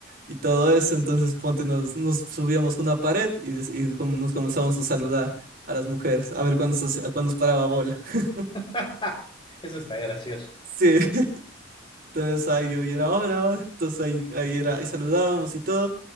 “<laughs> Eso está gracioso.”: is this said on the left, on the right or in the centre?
Left